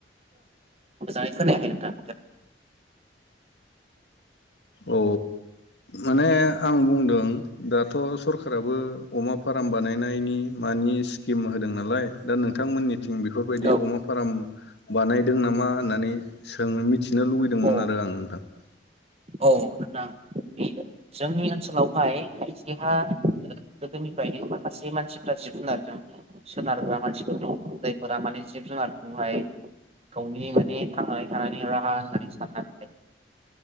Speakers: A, on the right; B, on the left.
A: मोजाङौ खोनायाखै नोंथां
B: औ माने आं बुंदों दाथ' सरखाराराबो अमा फार्म बानायनायनि मानि स्किम होदों नालाय दा नोंथांमोननि थिं बेफोरबायदि
A: औ
B: अमा फाराम बानायदों नामा होननानै <unintelligible>
A: औ औ नोंथां बे जोंनि ओनसोलावहाय खायसेहा गोदोनिफ्रायनो माखासे मानसिफ्रा जिब जुनारजों सोनारग्रा मानसिफोर दं जायफोरा माने जिब जुनारखौहाय गावनि माने थांनानै थानायनि राहा होननानै साननानै